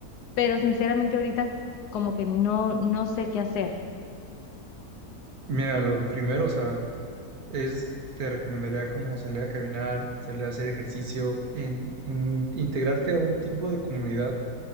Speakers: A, on the left (about 85°); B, on the right (about 70°).
A: pero sinceramente ahorita como que no, no sé qué hacer.
B: Mira, lo primero, o sea, es, te recomendaría como salir a caminar, salir a hacer ejercicio, en, en integrarte a un tipo de comunidad